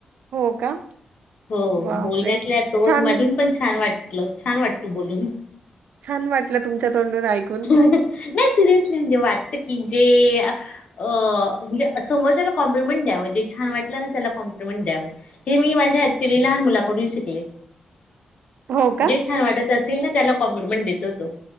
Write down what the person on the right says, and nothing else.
हो, का?
बापरे!
छान
छान वाटलं, तुमच्या तोंडून ऐकून.
<inaudible> हो का?